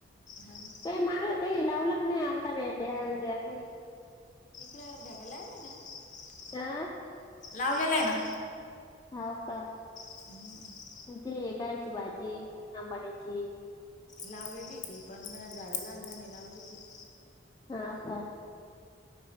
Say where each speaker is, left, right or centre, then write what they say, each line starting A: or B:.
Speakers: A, on the left (about 40°); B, on the left (about 20°).
A: हा
B: ते माळ काही लावल का नाही, औंदा भेंड्या बिंड्या काही?
A: <unintelligible>
B: <unintelligible>
A: ठेवलेल आहे ना.
B: नाव काय?
A: हम्म
B: ते खायची भाजी अंबाड्याची.
A: लावलेली ती पण बण झाडंला आणला नाही लावली ती.
B: हा काय.